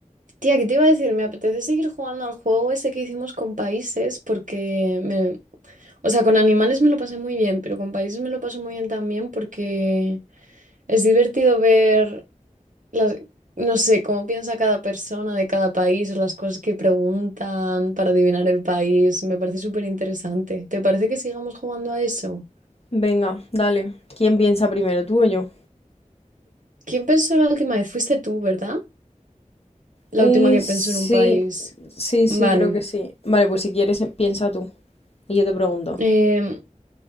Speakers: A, on the right (about 75°); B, on the left (about 50°).
A: tía, ¿qué te iba a decir? Me apetece seguir jugando al juego ese que hicimos con países porque me... O sea, con animales me lo pasé muy bien, pero con países me lo paso muy bien también porque es divertido ver las... No sé, cómo piensa cada persona de cada país o las cosas que preguntan para adivinar el país. Me parece súper interesante. ¿Te parece que sigamos jugando a eso?
B: Venga, dale. ¿Quién piensa primero, tú o yo?
A: ¿Quién pensó la última vez? Fuiste tú, ¿verdad? La
B: Eh,
A: última que
B: sí,
A: pensó en un país.
B: sí,
A: Vale.
B: sí, creo que sí. Vale, pues si quieres, eh, piensa tú. Y yo te pregunto.
A: Em,